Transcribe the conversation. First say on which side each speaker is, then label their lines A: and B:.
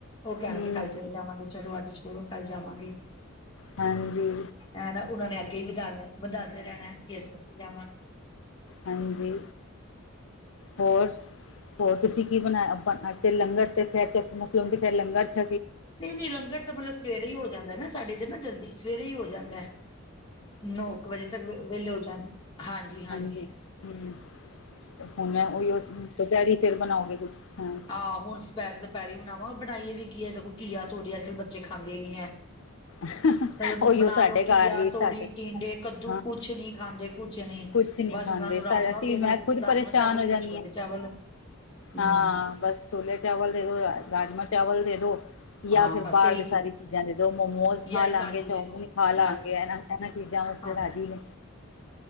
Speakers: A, on the left; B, on the left.
A: ਉਹ ਕਹਿਣਗੇ
B: ਹਮ
A: ਕੱਲ ਚਲੇ ਜਾਵਾਂਗੇ ਚਲੋ ਅੱਜ ਚਲੋ ਕੱਲ ਜਾਵਾਂਗੇ
B: ਹਾਂਜੀ
A: ਹੈ ਨਾ ਉਹਨਾਂ ਨੇ ਅੱਗੇ ਹੀ ਵਧਾ ਵਧਾਂਦੇ ਰਹਿਣਾ ਕਿ ਅਸੀਂ ਅੱਥੇ ਜਾਵਾ
B: ਹਾਜੀ ਹੋਰ, ਹੋਰ ਤੁਸੀਂ ਕੀ ਬਣਾਇਆ ਬਣਾ ਤੇ ਲੰਗਰ ਤੇ ਖੈਰ ਚ ਮਸਲਮ ਦੀ ਫੇਰ ਲੰਗਰ ਛ
A: ਨਹੀਂ-ਨਹੀਂ ਲੰਗਰ ਤਾਂ ਮਤਲਬ ਸਵੇਰੇ ਹੀ ਹੋ ਜਾਂਦੈ ਨਾ ਸਾਡੇ ਇਧਰ ਨਾ ਜਲਦੀ ਸਵੇਰੇ ਹੀ ਹੋ ਜਾਂਦਾ। ਨੌ ਕੁ ਵਜੇ ਤੱਕ ਵਿਹਲੇ ਹੋ ਜਾਂਗੇ, ਹਾਂਜੀ-ਹਾਂਜੀ
B: ਹਾਂਜੀ ਹੂੰ ਹੁਣ ਏ ਉਹੀ ਦੁਪਹਿਰੀ ਫਿਰ ਬਣਾਓਗੇ ਕੁਛ। ਹਾਂ
A: ਆਹੋ ਹੁਣ ਸਪੈ ਦੁਪਹਿਰੀ ਬਣਾਵਾਂ, ਬਣਾਈਏ ਵੀ ਕੀ ਹੈ ਦੇਖੋ। ਘੀਆ ਤੋਰੀ ਅੱਜਕੱਲ ਬੱਚੇ ਖਾਂਦੇ ਹੀ ਨੀ ਐ ।
B: <unintelligible>
A: ਮਤਲਬ ਬਣਾ
B: ਸਾਡੇ
A: ਲਓ
B: ਘਰ
A: ਘੀਆ,
B: ਵੀ
A: ਤੋਰੀ,
B: ਸਾਡੇ
A: ਟੀਂਡੇ, ਕੱਦੂ
B: ਹਾਂ
A: ਕੁਛ ਨੀ ਖਾਂਦੇ, ਕੁਛ ਨੀ
B: ਕੁਛ ਨੀ
A: ਬਸ
B: ਖਾਂਦੇ
A: ਉਹਨਾਂ ਨੂੰ
B: ਸਾ
A: ਰਾਜਮਾ
B: ਅਸੀਂ
A: ਵੀ ਦੇ ਦੋ,
B: ਮੈਂ ਖੁਦ ਪਰੇਸ਼ਾਨ
A: ਰਾਜਮਾਂ ਚਾਵਲ
B: ਹੋ
A: ਦੇ
B: ਜਾਂਦੀ
A: ਦੋ, ਛੋਟੇ
B: ਹਾਂ
A: ਚਾਵਲ। ਹੂੰ
B: ਹਾਂ, ਬਸ ਛੋਲੇ ਚਾਵਲ ਦੇ ਦੋ, ਰਾਜਮਾ ਚਾਵਲ ਦੇ ਦੋ। ਯਾ
A: ਹਾਂ
B: ਫਿਰ
A: ਬਸ
B: ਬਾਹਰ
A: ਇਹੀ
B: ਦੇ ਸਾਰੀ ਚੀਜ਼ਾਂ ਦੇ ਦੋ। ਮੋਮੋਸ ਖਾ
A: ਜਾਂ ਇੱਕ
B: ਲਾਂਗੇ,
A: ਆਲੂ
B: ਚੌਮਿਨ
A: ਦੇ ਦੋ
B: ਖਾ ਲਾਂਗੇ
A: ਬਸ
B: ਇਹ, ਇਹਨਾਂ ਚੀਜ਼ਾਂ
A: ਹਾਂ
B: ਵਾਸਤੇ ਰਾਜੀ ਨੇ।